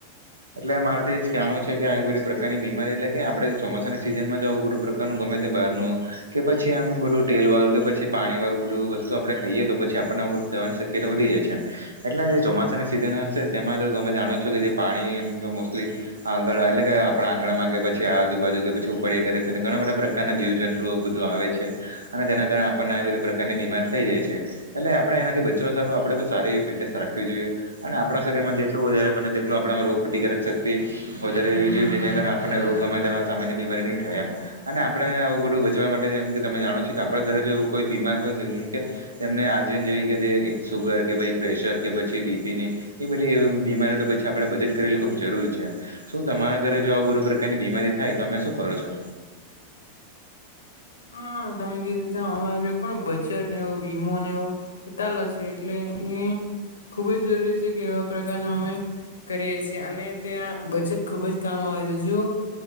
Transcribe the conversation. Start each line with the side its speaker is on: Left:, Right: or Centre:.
Right: એટલે મારે એજ કણું છે કે આવી બધી પ્રકારની બીમારી એટલે કે આપડે જે ચોમાસા ના સીઝન માં જવું બું પ્રકારનું ગમે તે બહાર નું કે પછી આમ બધું ટેલ વાળું કે પછી પાણી વાળું બધું વસ્તુ આપડે ખાઈએ તો પછી આપણને બધું થવાની શક્યતા વધી જાય છે. એટલે જે ચોમાસા ના સિઝન હશે તેમાં તમે જાણો છો કે જે પાણી એમ તો મોસ્ટલી આગળ એટલે કે આપડા આંગણા માં કે પછી આજુબાજુ કે પછી ઉ પર એ કરે છે અને ઘણા બધા પ્રકારના જીવ જંતુઓ બધું આવે છે અને તેના કારણે આપણને આવી રી તા ની બીમાર થઈ જાય છે એટલે આપડે એનાથી બચવા સારું આપડે તો સારી ફિટનેસ રાખવી જોઈએ અને આપડા શરીરમાં જેટલું વધારે બને તેટલું આપણામાં રોગ પ્રતિકારક શક્તિ વધારે એવી જ ર નને કારણ આપણને રોગ ગમા જવા સામાન્ય બીમારી નહી થાય એમ. અને આપડે આવું બધું બચવા માટે જેમ કે તમે જાણો છો કે આપડા ઘરે જોવું કોઈ બીમાર હોય જેમ કે એમને આજીવન જેવી કે સુગર કે પછી પ્રેશર કે પછી બી પી ની એ બધી એ બીમારીઓ તો પછી આપડે બચત કરેલી ખુબ જરૂર છે. શું તમારા ઘરે જો આવ બધું પ્રકારની બીમારી થાય તો અમે શું કરો છો?
Left: હા, તમે કીધું રીતે અમારે પણ બચતવો વીમો એ વો ઉતાલો છે એટલે એ ખુબ જ જરૂરી છે કે એવા પ્રકારના અમે કરીએ છીએ અને ત્યાં બચત ખુબ જ કામ આવે છે જો